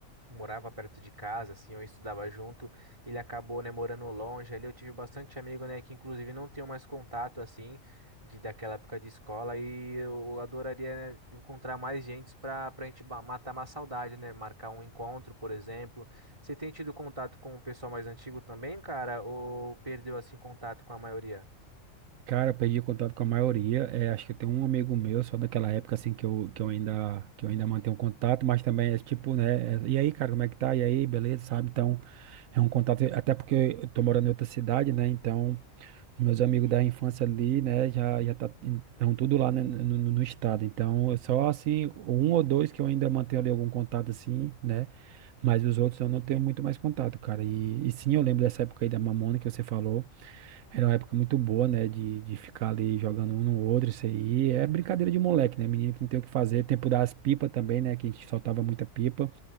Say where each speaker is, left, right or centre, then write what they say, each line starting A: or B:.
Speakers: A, on the right; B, on the right.
A: morava perto de casa, assim, eu estudava junto, ele acabou, né, morando longe, ali eu tive bastante amigo, né, que inclusive não tenho mais contato, assim, de, daquela época de escola, e eu adoraria, né, encontrar mais gente pra, pra gente ba- matar uma saudade, né, marcar um encontro, por exemplo. Você tem tido contato com o pessoal mais antigo também, cara, ou perdeu, assim, contato com a maioria?
B: Cara, eu perdi contato com a maioria. É, acho que eu tenho um amigo meu, só daquela época assim que eu, que eu ainda que eu ainda mantenho contato, mas também é tipo, né? é, e aí, cara, como é que tá? E aí, beleza, sabe? Então, é um contato, até porque eu tô morando em outra cidade, né? Então, os meus amigos da infância ali, né, já já tá, estão tudo lá, né, no, no no estado. Então, é só assim, um ou dois que eu ainda mantenho ali algum contato assim, né? Mas os outros eu não tenho muito mais contato, cara. E, e sim, eu lembro dessa época aí da Mamona que você falou. Era uma época muito boa, né? De, de ficar ali jogando um no outro, isso aí. É brincadeira de moleque, né? Menino que não tem o que fazer. Tempo das pipas também, né? Que a gente soltava muita pipa.